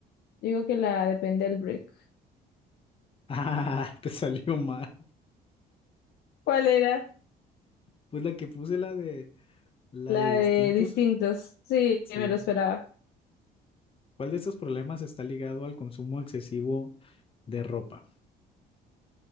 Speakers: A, on the left; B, on the left.
A: Digo que la depende del brick.
B: Ah, te salió mal.
A: ¿Cuál era?
B: Pues la que puse la de. La
A: La
B: de distintos,
A: de distintos. Sí,
B: sí.
A: me lo esperaba.
B: ¿Cuál de estos problemas está ligado al consumo excesivo de ropa?